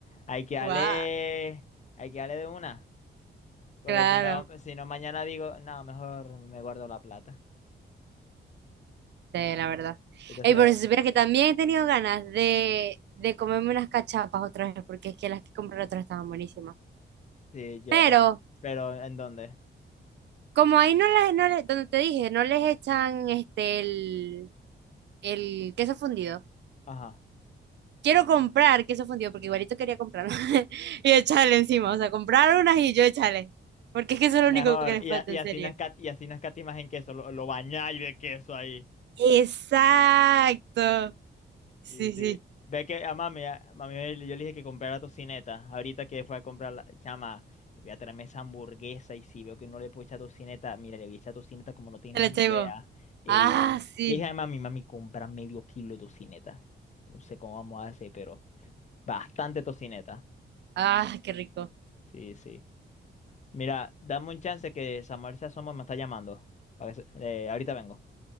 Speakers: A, on the left; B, on the right.
A: Hay que darle,
B: Guau,
A: hay que darle de una, porque
B: claro,
A: si no, si no mañana digo, no, mejor me guardo la plata.
B: sí, la verdad.
A: Entonces,
B: Ey, pero si supieras que también he tenido ganas de, de comerme unas cachapas otra vez, porque es que las que compré la otra vez estaban buenísimas.
A: sí, yo,
B: Pero,
A: em, pero ¿en dónde?
B: como ahí no las, no les- donde te dije, no les echan este el, el queso fundido.
A: Ajá.
B: Quiero comprar queso fundido, porque igualito quería comprarlo. <laughs> Y echarle encima, o sea, comprar unas y yo echarle. Porque es que eso es lo
A: Mejor,
B: único que les
A: y,
B: falta,
A: a- y
B: en
A: así
B: serio.
A: no escat- y así no escatimas en queso, lo, lo bañáis de queso ahí.
B: Exacto. Sí,
A: Sí, sí.
B: sí.
A: Ve que a mami, a mami le- yo le dije que comprara tocineta. Ahorita que fue a comprar la chama, voy a traerme esa hamburguesa y si veo que no le puedo echar tocineta, mira, le voy a echar tocineta como no tienes
B: Te la echáis
A: idea.
B: vos.
A: Ey,
B: Ah,
A: ve.
B: sí.
A: le dije a mami, mami, compra medio kilo de tocineta. No sé cómo vamos a hacer, pero bastante tocineta.
B: Ah, qué rico.
A: Sí, sí. Mira, dame un chance que Samuel se asoma, me está llamando. Para que se- eh, ahorita vengo.